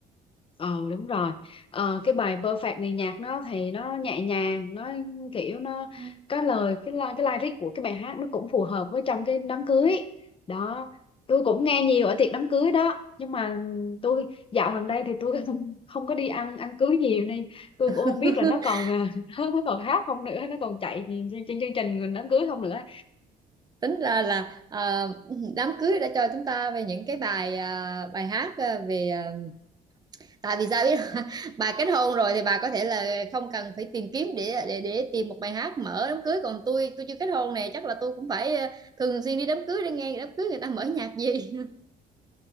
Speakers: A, on the left; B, on the right.
A: ờ đúng rồi ờ, cái bài Perfect này nhạc nó thì nó nhẹ nhàng nó kiểu nó
B: Ừ.
A: có lời cái li- cái lyric của cái bài hát nó cũng phù hợp với trong cái đám cưới đó tôi cũng nghe nhiều ở tiệc đám cưới đó nhưng mà tôi dạo gần đây thì tôi <laughs> không, không có đi ăn ăn cưới nhiều nên tôi
B: <laughs>
A: cũng không biết là nó còn à, <laughs> nó, nó còn hát không nữa nó còn chạy trên, trên chương trình đám cưới không nữa
B: tính ra là ờ, <laughs> đám cưới đã cho chúng ta về những cái bài ờ, bài hát ờ, về ờ, tại vì sao biết không? <laughs> bà kết hôn rồi thì bà có thể là không cần phải tìm kiếm để để để tìm một bài hát mở đám cưới còn tôi tôi chưa kết hôn nè chắc là tôi cũng phải ờ, thường xuyên đi đám cưới để nghe đám cưới người ta mở nhạc gì